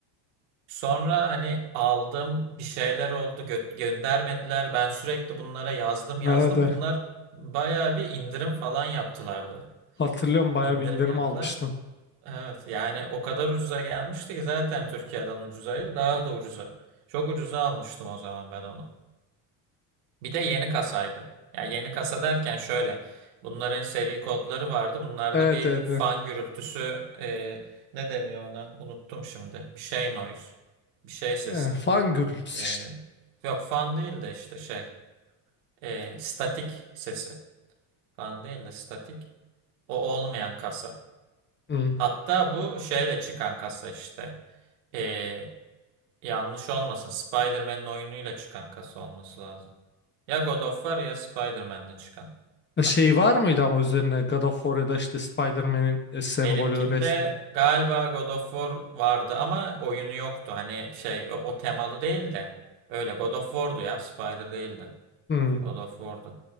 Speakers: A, on the right; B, on the left.
A: Sonra hani aldım bir şeyler oldu gö- göndermediler. Ben sürekli bunlara yazdım yazdım.
B: Evet, evet.
A: Bunlar bayağı bir indirim falan yaptılardı.
B: hatırlıyorum bayağı
A: İndirim
B: bir indirim
A: yaptılar.
B: almıştın.
A: Evet yani o kadar ucuza gelmişti ki zaten Türkiye'den ucuzaydı daha da ucuza. Çok ucuza almıştım o zaman ben onu. Bir de yeni kasaydı. Ya yeni kasa derken şöyle bunların seri kodları vardı. Bunlarda
B: Evet
A: bir
B: evet
A: fan
B: evet.
A: gürültüsü e, ne deniyor ona? Unuttum şimdi. Bir şey noise. Bir şey sesi.
B: Ee, Fangirls
A: E,
B: işte.
A: yok fan değil de işte şey. e, statik sesi. Fan değil de statik. O olmayan kasa.
B: Hmm.
A: Hatta bu şeyle çıkan kasa işte. E, yanlış olmasın. Spider-Man'in oyunuyla çıkan kasa olması lazım. Ya God of War ya Spider-Man'le çıkan
B: E,
A: kasa.
B: Şey var mıydı ama üzerine God of War ya da işte Spider-Man'in e, sembolü
A: Benimkinde
B: resmi?
A: galiba God of War vardı ama oyunu yoktu. Hani şey o, o temalı değil de öyle God of War'du ya Spider değildi.
B: Hmm.
A: God of War'du.